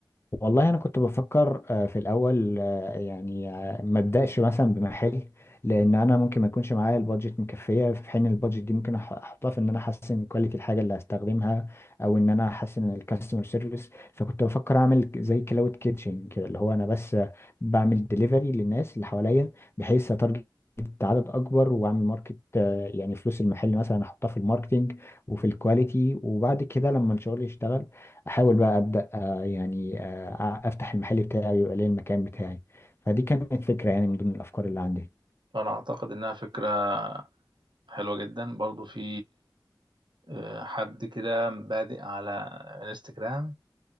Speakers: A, on the left; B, on the right.
A: والله انا كنت بفكر آه، في الاول آه، يعني آه، ما ابداش مثلا بمحل لان انا ممكن ما يكونش معايا البادجت مكفيه في حين البادجت دي ممكن أح- احطها في ان انا احسن كواليتي الحاجه اللي هستخدمها او ان انا احسن الكاستمر سيرفيس فكنت بفكر اعمل ك- زي كلاود كيتشن كده اللي هو انا بس بعمل ديليفري للناس اللي حواليا بحيث اتارجت عدد اكبر واعمل ماركت آه، يعني فلوس المحل مثلا احطها في الماركتينج وفي الكواليتي وبعد كده لما الشغل يشتغل احاول بقى ابدا يعني آه، افتح المحل بتاعي ويبقى لي المكان بتاعي فدي كانت فكرة يعني من ضمن الافكار اللي عندي
B: فانا اعتقد انها فكره حلوه جدا برضو في آه، حد كده بادئ على انستجرام